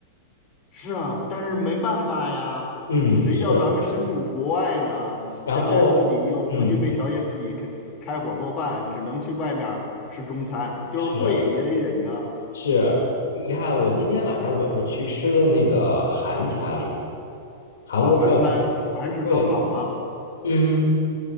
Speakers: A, on the left; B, on the left.
A: 是啊，但是没办法呀，
B: 嗯，
A: 谁叫咱们身处国外呢？
B: 是，
A: 现在自己又不具备条件自己开开火做饭，
B: 然后，嗯，
A: 只能去外面儿吃中餐，就是贵也得忍着。
B: 是是，你看我今天晚上我是去吃的那个韩餐，韩国料理，
A: 哦，韩餐，韩式烧烤吗？
B: 对，嗯。